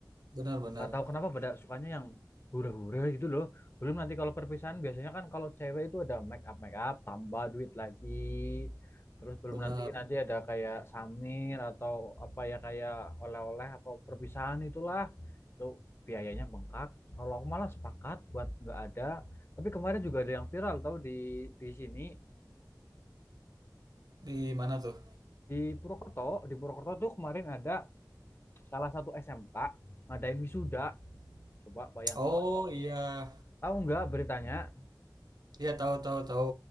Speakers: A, on the right (about 65°); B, on the left (about 35°).
A: benar-benar
B: nggak tahu kenapa pada sukanya yang hura-hura gitu loh. Belum nanti kalau perpisahan biasanya kan kalau cewek itu ada make up make up tambah duit lagi. Terus belum
A: benar
B: nanti
A: Benar.
B: nanti ada kayak samir atau apa ya kayak oleh-oleh atau perpisahan itulah. Itu biayanya bengkak. Kalau aku malah sepakat buat nggak ada. Tapi kemarin juga ada yang viral tau di di sini
A: di mana tuh
B: di Purwokerto, di Purwokerto tuh kemarin ada salah satu SMK ngadain wisuda. Coba bayangkan.
A: oh iya
B: Tahu nggak beritanya?
A: iya tahu tahu tahu